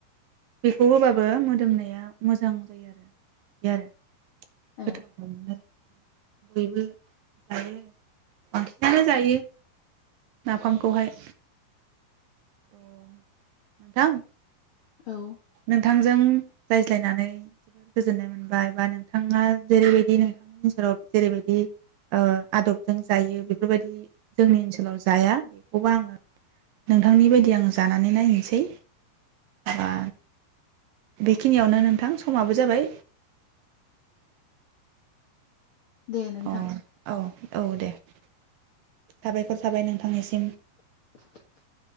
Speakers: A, on the right; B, on the left.
A: बेखौ होबाबो मोदोमनाय जाया मोजां जायो आरो बिदि आरो
B: औ
A: गोथाव मोनो बयबो जायो बांसिनानो जायो नाफामखौहाय अ नोंथां
B: औ
A: नोंथांजों रायज्लायनानै जोबोर गोजोननाय मोनबाय बा नोंथाङा जेरैबायदि नोंथांनि ओनसोलाव जेरैबायदि ओ आदबजों जायो बेफोरबायदि जोंनि ओनसोलाव जाया बेखौबो आङो नोंथ थांनि बायदि आङो जानानै नायहैनिसै बा बेखिनियावनो नोंथां समाबो जाबाय।
B: दे नोंथां
A: अ औ औ दे साबायखर थाबाय नोंथांनिसिम।
B: <inaudible>